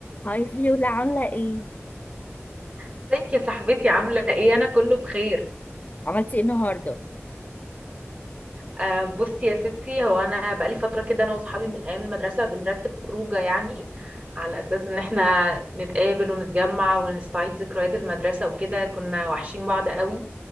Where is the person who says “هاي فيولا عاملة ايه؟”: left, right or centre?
Left